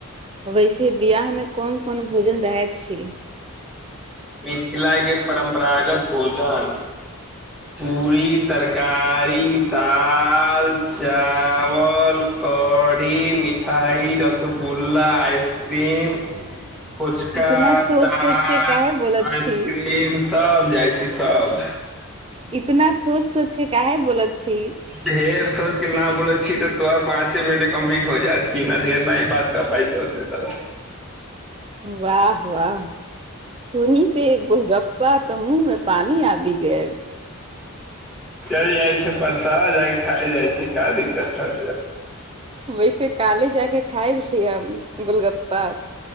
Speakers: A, on the right; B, in the centre.
A: वैसे बियाह मे कोन कोन भोजन रहैत छी
B: मिथिलाके परम्परागत भोजन पूड़ी तरकारी दालि चावल कढ़ी मिठाइ रसगुल्ला आइसक्रीम उचका
A: इतना सोच
B: कान
A: सोच के काहे बोलत
B: आइसक्रीम
A: छी
B: सब जाइ छै सब
A: इतना सोच सोच के काहे बोल छी
B: ढेर सोचके न बोलै छीय तऽ तो पाँच मिनट कम्पलिट हो जा छियै न ढेर नी बात कर पाइ बस त <unintelligible> <unintelligible>
A: वाह वाह सुनीते गोलगप्पा तऽ मुँह मे पानी आबि गेल
B: चल जाइ छै परसा खा जाइ छै क दिक्कत हो <unintelligible>
A: वैसे काले जाक खायल छीय हम गोलगप्पा